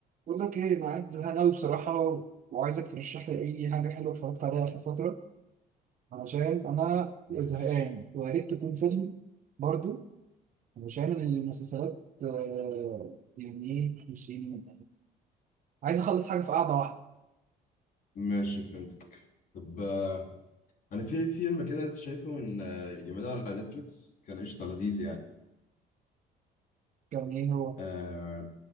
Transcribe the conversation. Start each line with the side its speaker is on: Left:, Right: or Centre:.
Right: بقول لك ايه انا قاعد زهقان أوي بصراحه وعايزك ترشح لي اي حاجه حلوه اتفرجت عليها في فتره علشان انا
Left: ماشي
Right: زهقان ويا ريت تكون فيلم برضو علشان المسلسلات آه، يعني ايه مش يعني عايز اخلص حاجه في قعده واحده
Left: ماشي فهمتك طب آه، انا في فيلم كده لسه شايفه من آه، يومين على نتفليكس كان قشطه لذيذ يعني
Right: كان ايه هو
Left: آه